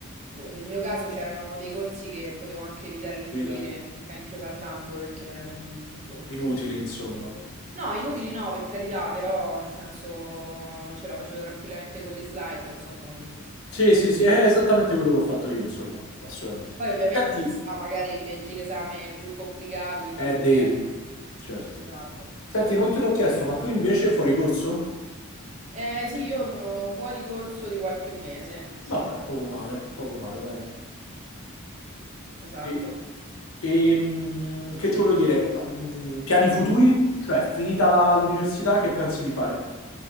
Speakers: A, on the right; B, on the left.
A: boh, nel mio caso c'erano dei corsi che potevo anche evitare di seguire,
B: evitare.
A: francamente parlando, perché, mm, boh.
B: Inutili, insomma.
A: No, inutili no, per carità, però nel senso ce la facevo tranquillamente con le slide, non so come dirti.
B: Sì, sì, sì, è esattamente quello che ho fatto io, insomma, assolutamente.
A: Poi ovviamente
B: Senti,
A: ci sta, magari becchi l'esame più complicato e
B: eh,
A: dici ok,
B: devi, certo.
A: esatto.
B: Senti, non te l'ho chiesto, ma tu invece fuori corso?
A: Eh sì, io sono fuori corso di qualche mese, sì,
B: Vabbè, poco male, poco male, dai.
A: esatto.
B: Sì. E mm, che ti volevo dire? Ehm, piani futuri? Cioè, finita la- l'università, che pensi di fare?